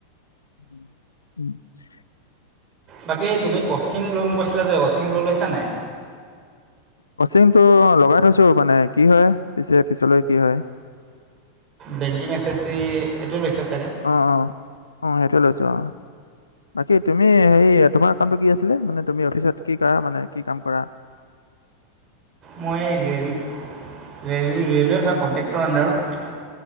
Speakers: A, on the left (about 75°); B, on the right (about 30°).
A: <inaudible>
B: বাকী তুমি কচিং লম কৈছিলা যে, কচিং লৈ লৈছা নাই।
A: কছিংটো লগাই থৈছো মানে, কি হয় পিছে পিছলৈ কি হয়।
B: Banking, S S C. এইটো <unintelligible>
A: অ', অ', অ', সেইটো লৈছো অ'। বাকী তুমি, হেৰি তোমাৰ কামটো কি আছিলে? মানে তুমি অফিচত কি কৰা মানে কি কাম কৰা?
B: মই ৰে'ল, ৰেল, ৰে'লৱেত হয়, কণ্ট্ৰেক্টৰ আণ্ডাৰত।